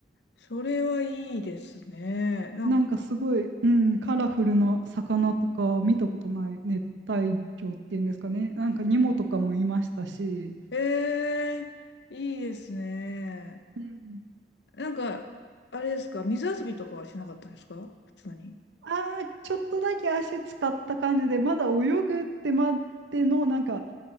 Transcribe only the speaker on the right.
なんかすごい、うん、カラフルな魚とか見たことない熱帯魚っていうんですかね。なんかニモとかもいましたし。
うん
ああ、ちょっとだけ足使った感じで、まだ泳ぐってまでの、なんか、